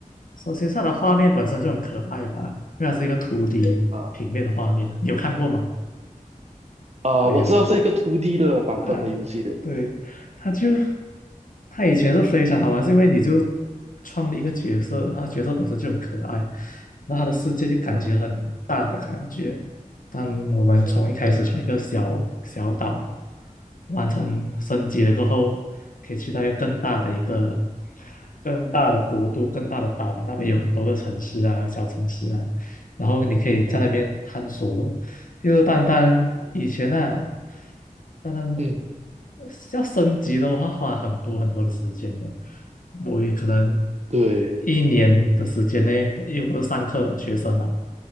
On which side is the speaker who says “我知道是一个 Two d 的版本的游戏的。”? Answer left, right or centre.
Right